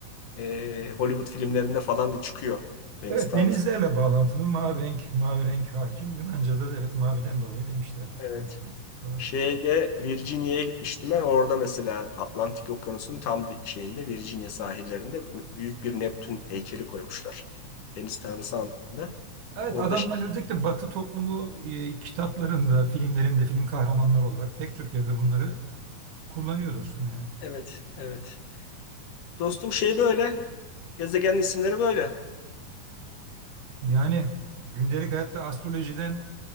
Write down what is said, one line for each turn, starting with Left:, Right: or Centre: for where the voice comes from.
Left: e, Hollywood filmlerinde falan da çıkıyor. Deniz
Right: Evet
Left: tanrısı.
Right: denizlerle bağlantılı mavi renk, mavi renk hakim. Yunanca'da da evet maviden dolayı demişler.
Left: Evet.
Right: Ne güzel, Doğru.
Left: Şeyde Virginia'ya gitmiştim ben. Orada mesela Atlantik Okyanusu'nun tam di- şeyinde Virginia sahillerinde büyük bir Neptün heykeli koymuşlar. Deniz tanrısı anlamında.
Right: Evet
Left: Orada
Right: adamlar
Left: şey,
Right: özellikle Batı toplumu e, kitaplarında, filmlerinde, film kahramanları olarak pek çok yerde bunları kullanıyor dostum yani.
Left: evet, evet. Dostum şey böyle. Gezegen isimleri böyle.
Right: Yani gündelik hayatta astrolojiden